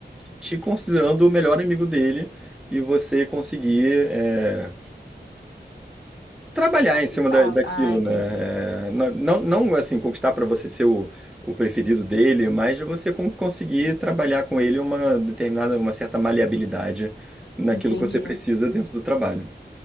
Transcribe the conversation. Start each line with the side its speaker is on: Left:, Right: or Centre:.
Centre: te considerando o melhor amigo dele e você conseguir é, trabalhar
Left: Conquistá-lo.
Centre: em cima da, daquilo,
Left: Ah, entendi.
Centre: né? É, na- não, não assim conquistar para você ser o, o preferido dele, mas de você con- conseguir trabalhar com ele uma determinada, uma certa maleabilidade naquilo
Left: Entendi.
Centre: que você precisa dentro do trabalho.